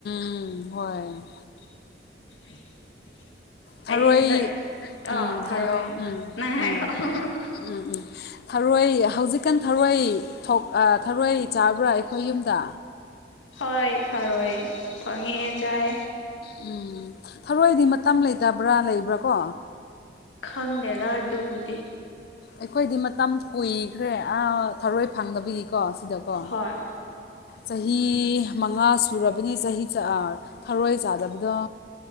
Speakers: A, on the left; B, on the left.
A: ꯎꯝ ꯍꯣꯏ
B: <inaudible> <inaudible>
A: ꯊꯔꯣꯏ
B: ꯍꯟꯗꯛ ꯑꯥ
A: ꯎꯝ
B: ꯊꯔꯣꯏ
A: ꯍꯥꯏꯌꯣ ꯎꯝ
B: ꯅꯪ ꯍꯥꯏꯔꯛꯑꯣ
A: ꯎꯝ ꯎꯝ ꯎꯝ ꯊꯔꯣꯏ ꯍꯧꯖꯤꯛꯀꯥꯟ ꯊꯔꯣꯏ ꯊ‌ꯣꯛ ꯑꯥ ꯊꯔꯣꯏ ꯆꯥꯕ꯭ꯔꯥ ꯑꯩꯈꯣꯏ ꯌꯨꯝꯗ
B: ꯍꯣꯏ ꯊꯔꯣꯏ ꯐꯪꯉꯦ ꯆꯥꯏ
A: ꯎꯝ ꯊꯔꯣꯏꯗꯤ ꯃꯇꯝ ꯂꯩꯇꯕ꯭ꯔꯥ ꯂꯩꯕ꯭ꯔꯥ ꯀꯣ
B: ꯈꯪꯉꯦꯔ ꯑꯗꯨꯕꯨꯗꯤ
A: ꯑꯩꯈꯣꯏꯗꯤ ꯃꯇꯝ ꯀꯨꯏꯈ꯭ꯔꯦ ꯊꯔꯣꯏ ꯐꯪꯅꯕꯒꯤꯀꯣ ꯁꯤꯗꯀꯣ
B: ꯍꯣꯏ
A: ꯆꯍꯤ
B: ꯎꯝ
A: ꯃꯉꯥ ꯁꯨꯔꯕꯅꯤ ꯆꯍꯤ ꯊꯔꯣꯏ ꯆꯥꯗꯕꯗꯣ